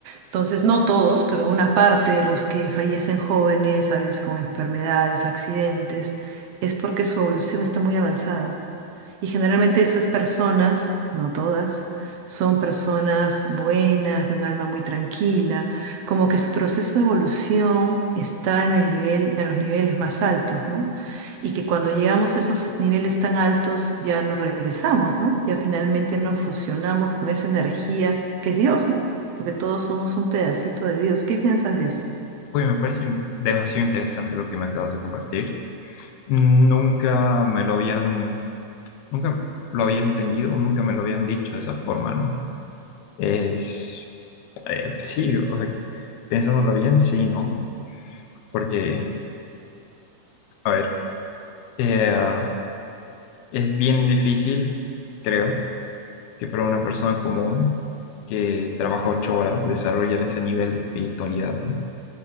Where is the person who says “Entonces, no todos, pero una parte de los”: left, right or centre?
Right